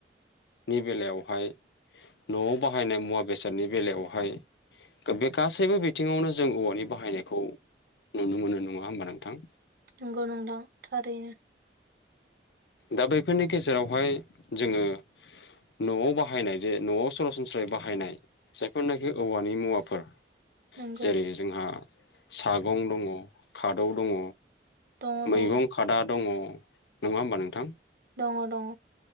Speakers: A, on the left; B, on the right.
A: नि बेलायावहाय न'आव बाहायनाय मुवा बेसादनि बेलायावहाय गो बे गासैबो बिथिङावनो जों औवानि बाहायनायखौ नुनो मोनो नङा होमबा नोंथां।
B: नोंगौ नोंथां थारैनो
A: दा बैफोरनि गेजेरावहाय जोङो न'आव बाहायनाय जे न'आव सरासनस्रायै बाहायनाय जायफोरनाखि औवानि मुवाफोर
B: नंगौ
A: जेरै जोंहा सागं दङ खादौ दङ।
B: दङ दङ
A: मैगं खादा दङ। नङा होमबा नोंथां।
B: दङ दङ।